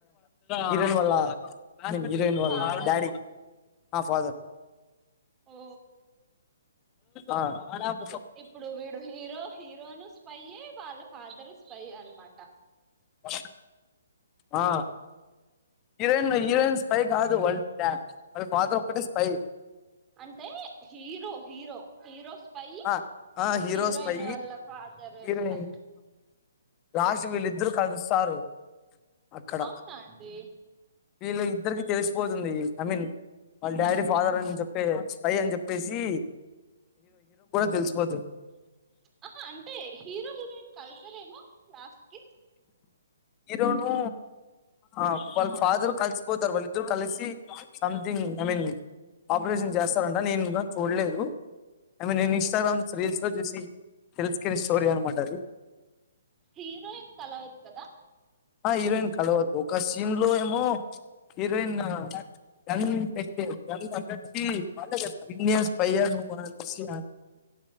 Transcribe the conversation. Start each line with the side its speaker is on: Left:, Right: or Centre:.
Left: హీరోయిన్ వాళ్ళ హీరోయిన్ వాళ్ళ
Right: ఫాదర్
Left: నాన్న డాడి ఆ ఫాదర్
Right: ఓ
Left: ఆ
Right: ఇప్పుడు వీడు హీరో హీరోను స్పైయే వాళ్ళ ఫాదరు స్పైయే అనమాట
Left: వ ఆ హీరోయిన్ హీరోయిన్ స్పై కాదు వాళ్ డా వాళ్ళ ఫాదర్ ఒక్కటే స్పై
Right: అంటే హీరో హీరో హీరో స్పై
Left: ఆ ఆ హీరో
Right: హీరోయిన్
Left: స్పై
Right: వాళ్ళ ఫాదర్
Left: హీరోయిన్
Right: స్పై
Left: లాస్ట్ కు వీళ్ళిద్దరు కలుస్తారు అక్కడ
Right: అవునా అండి
Left: వీళ్ళు ఇద్దరికి తెలిసిపోతుంది జమీన్ వాళ్ళ డాడీ ఫాదర్ అని చెప్పే స్పై అని చెప్పేసి తెలిస్పోతుంది
Right: ఆహా అంటే హీరో హీరోయిన్ కల్సరేమో లాస్ట్ కి
Left: ఇరోను ఆ వాళ్ళ ఫాదర్ కలిసిపోతారు వాళ్ళిద్దరు కలిసి సంథింగ్ ఐ మీన్ ఆపరేషన్ చేస్తారంట నేను ఇంకా చూడలేదు ఐ మీన్
Right: ఆ
Left: నేను ఇన్స్టాగ్రామ్ రీల్స్ లో చూసి తెలుసుకుని స్టోరీ అనమాట అది
Right: హీరోయిన్ తలవద్ కదా
Left: ఆ హీరోయిన్ కలవద్దు ఒక సీన్ లో ఏమో హిరైన్ గ పె గ అ విన్యాస్ పయ ను సి